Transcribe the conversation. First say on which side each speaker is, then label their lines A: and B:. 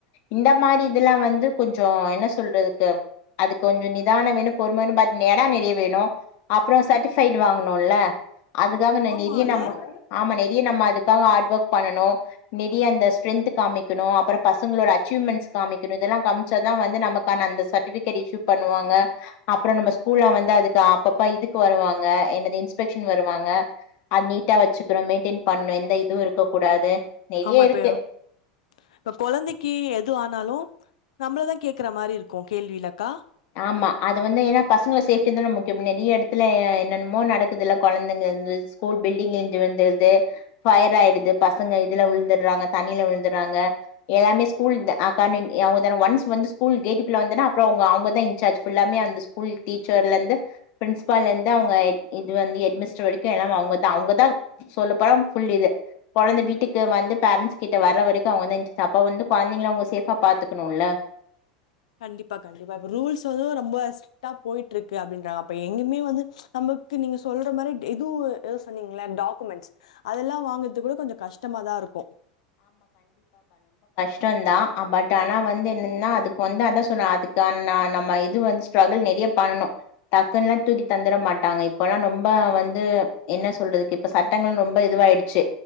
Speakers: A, on the left; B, on the left.
A: இந்த மாரி இதெல்லாம் வந்து கொஞ்சம் என்ன சொல்றதுக்கு அதுக்கு கொஞ்சம் நிதானம் வேணும் பொறுமை வேணும் பட் இடம் நிறைய வேணும் அப்புறம் சர்ட்டிபைட் வாங்கணும்ல அதுக்காக
B: ஆமால.
A: நெடிய நம்ம ஆமா நெ நம்ம அதுக்காக ஹாட் ஒர்க் பண்ணணும் நெடிய அந்த ஸ்டென்த் காமிக்கணும் அப்புறம் பசங்களோட அச்சீவ்மென்ட்ஸ் காமிக்கணும் இதெல்லாம் காமிச்சான் நமக்கான சட்டிவிகேட் இஷு பண்ணுவாங்க அப்புறம் நம்ம ஸ்கூல்ல வந்து அப்பப்ப இதுக்கு வருவாங்க என்னது இ்ன்ஸ்பெக் ஷ்சன் வருவாங்க அது நீட்டா வச்சுகணு மெய்ன்டன் பண்ணணு எந்த இதுவும் இருக்க கூடாது நெறைய
B: ஆமா இப்பயா
A: இருக்கு
B: இப்ப குழந்தைக்கு எது ஆன் னாலும் நம்மள தான் கேக்குற மாரி இருக்கும் கேள்விலாக்கா
A: ஆமா அது வந்து ஏன்னா பசங்கள சேப்டி தானே முக்கிய நிறைய இடத்துல என்னன்னமோ நடக்குதுல்ல குழந்தைங்க ஸ்கூல் பில்டி இடிந்து விழுந்துறுது ஃபயர் ஆயிடுது பசங்க இதுல விழுந்துடுறாங்க தண்ணியில விழுந்துறாங்க எல்லாமே ஸ்கூல் ங்கான ஒன்ஸ் வந்து ஸ்கூல் கேட்டுக்குள்ள வந்தா அப்புறம் அவு ங்க அவுங்க ன்சார்ஜ் புல்லாவுமே அந்த ஸ்கூல் டீச்சர்ல இருந்து பிரின்ஸ்பால் இருந்து அவுங்க ஹெட்மினிஸ்டர் வரைக்கும் எல்லாமே அவுங்கதான் அவுங்கதான் சொல்லப்போனா இழந்தை வீட்டுக்கு வந்து பேரன்ஸ் கிட்ட வர்ற வரைக்கும் இன்ஸ்டாப் அவுங்க வந்து குழந்தைங்க அவுங்க சேப்பா பாத்துக்கணும் ல
B: கண்டிப்பா கண்டிப்பா இப்ப ரூல்ஸ் வது ரொம்ப ஸ்ட்ரிட்டா போயிட்டு இருக்கு அப்படின்றாங்க அப்ப எங்கயுமே வந்து நமக்கு நீங்க சொல்ற மாதிரி எதுவும் எதுவும் சொன்னீங்களா டாக்குமெண்ட்ஸ் அதெல்லாம் வாங்க கூட கொஞ்சம் கஷ்டமா இருக்கு
A: ஸ் டம் தான் பட் ஆனா வந்து என்னன்னா அதுக்கு வந்து அதான் சொன்ன அதுக்கு நம்ம இது வந்து ஸ்ட்ரகுள் நிறைய பண்ணனும் டக்குன்ன எல்லாம் தூக்கி தந்துட மாட்டாங்க இப்பல்லாம் ரொம்ப வந்து என்ன சொல்றதுக்கு இப்ப சட்டங்கள் ரொம்ப இதுவாயிடுச்சு